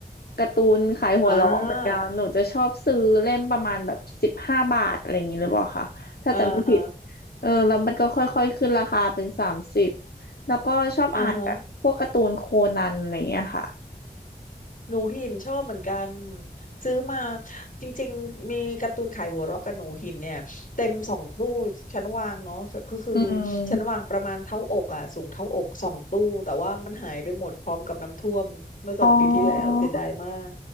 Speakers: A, on the left; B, on the left.
A: การ์ตูนขายหัวเราะเหมือนกันหนูจะชอบซื้อเล่มประมาณแบบสิบห้าบาทอะไรอย่างนี้หรือเปล่าคะถ้าจำไม่ผิด
B: อ่าอ่าฮะ
A: เออแล้วมันก็ค่อยๆขึ้นราคาเป็นสามสิบแล้วก็ชอบอ่านแบบพวกการ์ตูนโคนันอะไรอย่างเงี้ยค่ะ
B: อ่าฮะ หนูหินชอบเหมือนกันซื้อมาจริงๆมีการ์ตูนขายหัวเราะกับหนูหินเนี่ยเต็มสองตู้ชั้นวางเนาะก็คือ
A: อืม
B: ชั้นวางประมาณเท่าอกอ่ะสูงเท่าอกสองตู้แต่ว่ามันหายไปหมดพร้อมกับน้ำท่วมเมื่อสองปีที่แล้วเสียดายมาก
A: อ๋อ